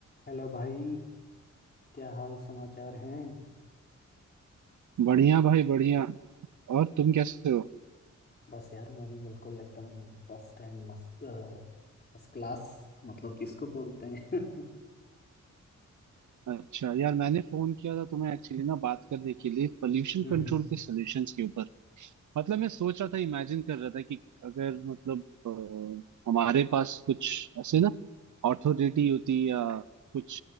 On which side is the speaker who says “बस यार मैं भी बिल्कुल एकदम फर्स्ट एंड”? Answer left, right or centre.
Left